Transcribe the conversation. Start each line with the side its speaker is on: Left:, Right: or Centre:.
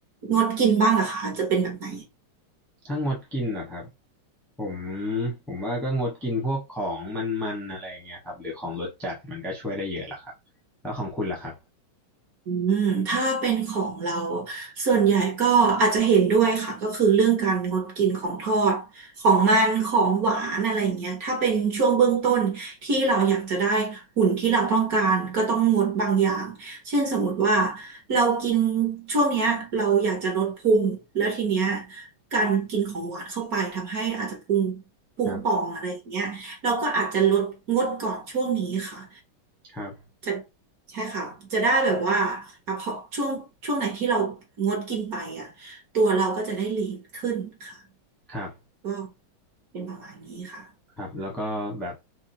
Right: งดกินบ้างล่ะคะจะเป็นแบบไหน
Centre: ถ้างดกินเหรอครับผมผมว่าก็งดกินพวกของมันๆอะไรอย่างเงี้ยครับหรือของรสจัดมันก็ช่วยได้เยอะละครับแล้วของคุณล่ะครับ
Right: อืมถ้าเป็นของเราส่วนใหญ่ก็อาจจะเห็นด้วยค่ะก็คือเรื่องการงดกินของทอดของมันของหวานอะไรอย่างเงี้ยถ้าเป็นช่วงเบื้องต้นที่เราอยากจะได้หุ่นที่เราต้องการก็ต้องงดบางอย่างเช่นสมมติว่าเรากินช่วงเนี้ยเราอยากจะลดพุงแล้วทีเนี้ยการกินของหวานเข้าไปทำให้อาจจะพุงพุงป่องอะไรอย่างเงี้ยเราก็อาจจะลดงดก่อนช่วงนี้ค่ะ
Centre: ครับครับ
Right: จะใช่ค่ะจะได้แบบว่าอ่ะพอช่วงช่วงไหนที่เรางดกินไปอ่ะตัวเราก็จะได้ลีนขึ้นค่ะ
Centre: ครับ
Right: ก็เป็นประมาณนี้ค่ะ
Centre: ครับแล้วก็แบบ